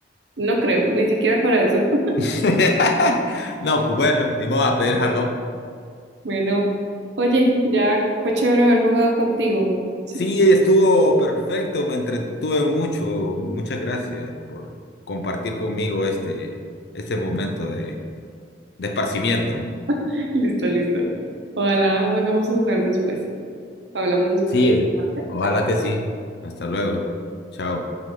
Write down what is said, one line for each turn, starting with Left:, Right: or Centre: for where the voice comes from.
Right: No creo, ni siquiera para eso. <laughs>
Left: <laughs> No, pues bueno, ni modo a pedir jalón.
Right: Bueno, oye, ya fue chévere haber jugado contigo. Si
Left: Sí,
Right: quieres-
Left: estuvo perfecto, me entretuve mucho. Muchas gracias por compartir conmigo este, este momento de, de esparcimiento, ¿no?
Right: <laughs> Listo, listo. Ojalá volvamos a jugar después. Hablamos después.
Left: Sí, ojalá
Right: Chao.
Left: que sí. Hasta luego. Chao.